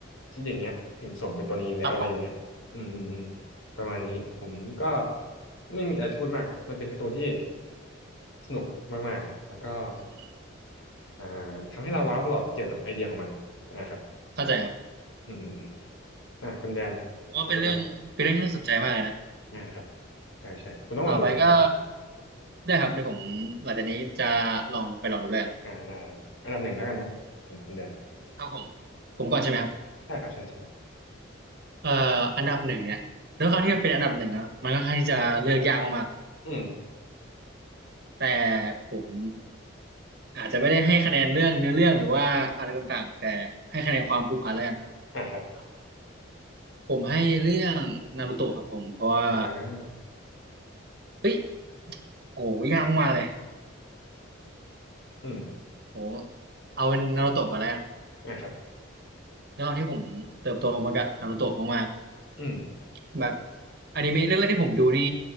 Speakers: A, on the left (about 85°); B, on the right (about 50°).
A: คิดอย่างเงี้ยถึงสมเป็นตัวนี้แล้วอะไรอย่างเงี้ยอืมอืมอืม
B: ครับผม
A: ประมาณนี้ผมก็ไม่มีอะไรจะพูดมากมันเป็นการ์ตูนที่สนุกมากๆแล้วก็
B: อืม
A: อ่าทำให้เราว้าวตลอดเกี่ยวกับไอเดียของมันอ่าครับ
B: เข้าใจครับ
A: อืมอืมอมอ่าคุณแดน
B: ผมว่าเป็นเรื่องเป็นเรื่องที่น่าสนใจมากเลยนะ
A: ของคุณครับอ่าครับใช่ใช่คุณต้องลองดูสักครั้ง
B: ต่อไปก็ได้ครับเดี๋ยวผมหลังจากนี้จะลองไปลองดูเรื
A: อ่าได้ได้อันดับหนึ่งแล้วกันนะของคุณแดน
B: ครับผมผมก่อนใช่ไหมครับ
A: ใช่ครับใช่ใช่
B: เอ่ออันดับหนึ่งเนี่ยด้วยความที่มันเป็นอันดับหนึ่งอะเนาะมันก็ค่อนข้างที่จะเลือกยากมาก
A: อืม
B: ๆแต่ผมอาจจะไม่ได้ให้คะแนนเรื่องเนื้อเรื่องหรือว่าอะไรต่างๆแต่ให้คะแนนความผูกพันแล้วกัน
A: อ่าครับ
B: ผมให้เรื่องนารูโตะครับผมเพราะว่า
A: อ่า
B: เฮ้ยโหยากมากเลย
A: อืม
B: โหเอาเป็นนารูโตะกันแล้วกัน
A: อ่าครับ
B: ด้วยความที่ผมเติบโตมากับนารูโตะมาก
A: อืม
B: ๆแบบอนิเมะเรื่องแรกที่ผมดูนี่